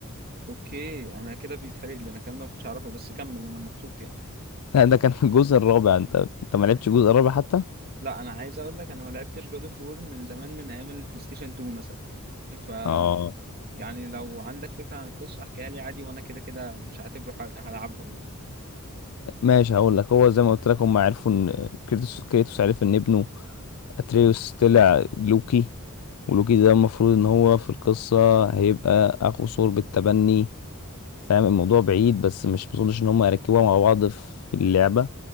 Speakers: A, on the right (about 45°); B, on the left (about 85°).
A: اوكي انا كده بيتحرق لي انا الكلام ده ما كنتش اعرفه بس كمل انا مبسوط يعني
B: <laughs> لا، ده كان في الجزء الرابع انت انت ما لعبتش الجزء الرابع حتى
A: لا انا عايز اقول لك انا ما لعبتش جاد اوف وور من زمان من ايام البلاي ستيشن 2 مثلا ف
B: اه
A: يعني لو عندك فكرة عن القصة احكيها لي عادي وانا كده كده مش هعتبره حرق، هلعبها برضه.
B: ماشي هقول لك هو زي ما قلت لك هم عرفوا ان كريتوس كريتوس عرف ان ابنه اتريوس طلع لوكي ولوكي ده المفروض ان هو في القصة هيبقى اخو ثور بالتبني فاهم الموضوع بعيد بس مش مظنش ان هم يركبوها مع بعض في اللعبه